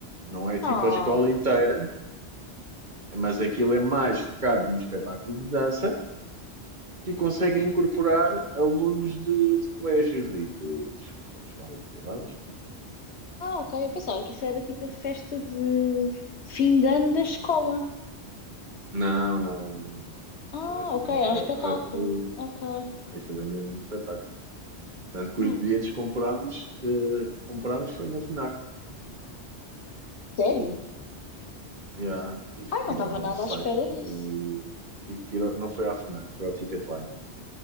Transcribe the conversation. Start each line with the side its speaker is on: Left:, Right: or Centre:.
Right: Não é tipo
Left: Oh.
Right: a escola inteira, mas aquilo é mais focado num espetáculo de dança que conseguem incorporar alunos de, de colégios e de escolas privadas. pá.
Left: Ah, ok. Eu pensava que isso era tipo a festa de fim de ano da escola.
Right: Não, não, não, não, não.
Left: Ah,
Right: Aquilo é tipo
Left: ok.
Right: um espetáculo.
Left: É um espetáculo. Ok.
Right: Aquilo é mesmo um espetáculo. Tanto que
Left: Ok.
Right: os bilhetes que comprámos, que, que comprámos foi na FNAC.
Left: Sério?
Right: Já, tive
Left: Ai,
Right: que
Left: não estava
Right: ir ao
Left: nada
Right: site.
Left: à espera disso.
Right: eh, Tive que ir. ao- não foi à FNAC, foi ao Ticketline.